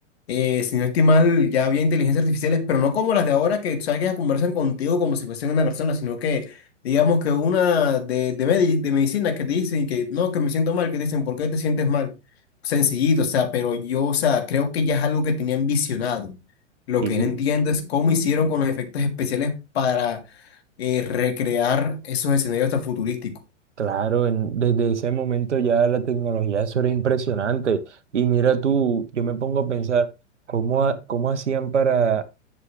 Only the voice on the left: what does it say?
eh, si no estoy mal, ya había inteligencias artificiales, pero no como las de ahora que, tú sabes, que ya conversan contigo como si fuesen una persona, sino que digamos que una de, de, medi- de medicina que te dicen que no, que me siento mal, que te dicen, ¿por qué te sientes mal? Sencillito, o sea, pero yo, o sea, creo que ya es algo que tenían visionado. Lo
que no entiendo es cómo hicieron con los efectos especiales para eh, recrear esos escenarios tan futurísticos.